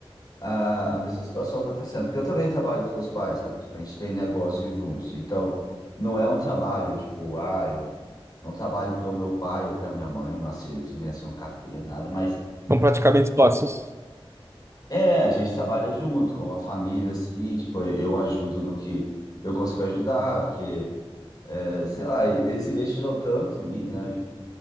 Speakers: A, on the left; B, on the right.
A: a, a mesma situação acontecendo, porque eu também trabalho com seus pais, sabe, tipo, a gente tem negócio juntos, então não é um trabalho, tipo, ah, eu não trabalho para o meu pai ou para minha mãe, nossa, eles não me assinam carteira, nada, mas
B: São praticamente sócios.
A: é, a gente trabalha junto, como a família, assim, tipo, eu ajudo no que eu consigo ajudar, porque, é, sei lá, eles investiram tanto em mim, né, tipo,